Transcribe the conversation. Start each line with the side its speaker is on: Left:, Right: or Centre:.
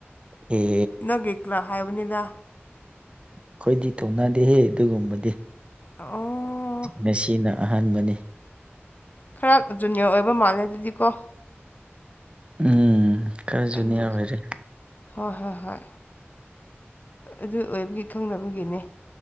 Right: ꯑꯦ
Left: ꯅꯪꯒꯤ ꯀ꯭ꯂꯕ ꯍꯥꯏꯕꯅꯤꯅ
Right: ꯑꯩꯈꯣꯏꯗꯤ ꯊꯧꯅꯗꯦꯍꯦ ꯑꯗꯨꯒꯨꯝꯕꯗꯤ
Left: ꯑꯣ
Right: ꯃꯁꯤꯅ ꯑꯍꯥꯟꯕꯅꯤ
Left: ꯈꯔ ꯖꯨꯅꯤꯌꯔ ꯑꯣꯏꯕ ꯃꯥꯜꯂꯦ ꯑꯗꯨꯗꯤꯀꯣ
Right: ꯎꯝ ꯈꯔꯖꯨꯅꯤ
Left: ꯑꯗꯨ
Right: ꯑꯣꯏꯔꯦ
Left: ꯍꯣꯏ ꯍꯣꯏ ꯍꯣꯏ ꯑꯗꯨ ꯑꯣꯏꯕꯒꯤ ꯈꯪꯅꯕꯒꯤꯅꯦ